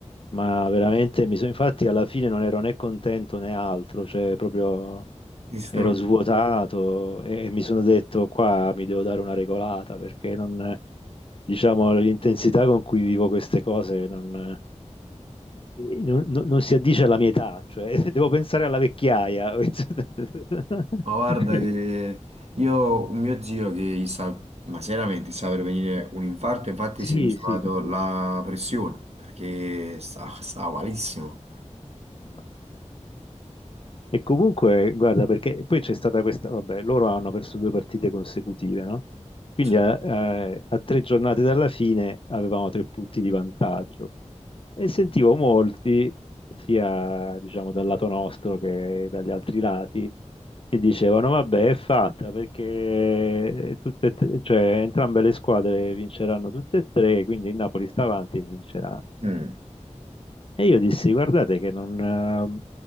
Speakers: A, on the left (about 45°); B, on the right (about 60°).
A: ma veramente mi sono, infatti alla fine non ero né contento né altro, cioè proprio
B: Distrutto.
A: ero svuotato e, e mi sono detto qua mi devo dare una regolata perché non, diciamo, l'intensità con cui vivo queste cose non, eh, non- non- non si addice alla mia età, cioè <laughs> devo pensare alla vecchiaia. <laughs>
B: Ma guarda che io ho un mio zio che gli sta, ma seriamente gli sta per venire un infarto, infatti
A: Sì,
B: si è misurato
A: sì.
B: la pressione perché sta, <laughs> sta malissimo.
A: Mamma mia. E comunque, guarda, perché poi c'è stata questa, vabbè, loro hanno perso due partite consecutive, no? Quindi
B: Sì.
A: a, eh, a tre giornate dalla fine avevamo tre punti di vantaggio e sentivo molti, sia diciamo dal lato nostro che dagli altri lati, che dicevano, vabbè, è fatta perché tutte e tre- cioè, entrambe le squadre vinceranno tutte e tre, quindi il Napoli sta avanti e vincerà.
B: Mm.
A: E io dissi, guardate che non, eh,